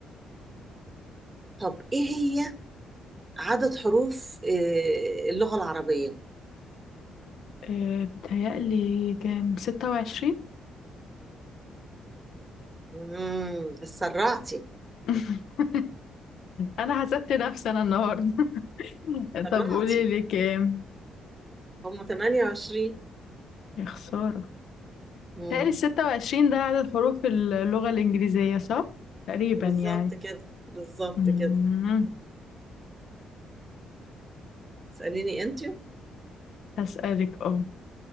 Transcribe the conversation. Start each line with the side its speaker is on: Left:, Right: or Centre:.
Right: طب ايه هي عدد حروف آه، اللغة العربية
Left: إيه بتهيألي كام ستة وعشرين
Right: امم سرعتي
Left: <laughs> انا حسدت نفسي انا النهاردة <laughs>
Right: سرعتي
Left: طب قولي لي كام
Right: هم 28
Left: يا خسارة
Right: امم
Left: بتهيألي ستة وعشرين ده عدد حروف اللغة الإنجليزية صح؟ تقريبا
Right: بالظبط
Left: يعني
Right: كده بالظبط
Left: أمم،
Right: كده اسأليني انت
Left: هسألك اه